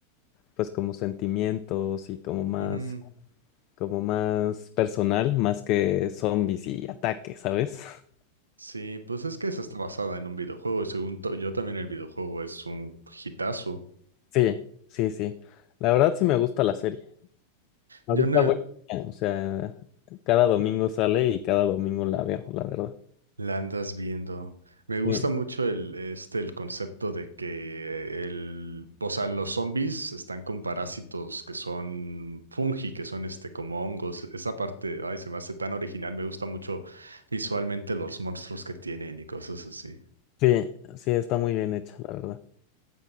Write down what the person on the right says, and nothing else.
Ujú.
Sí, pues es que esa está basada en un videojuego y según to- yo también el videojuego es un hitazo.
Yo no,
La andas viendo. Me gusta
mucho el, este, el concepto de que el, o sea, los zombies están con parásitos que son fungi, que son este, como hongos. Esa parte, ay, se me hace tan original. Me gusta mucho visualmente los monstruos que tienen y cosas así.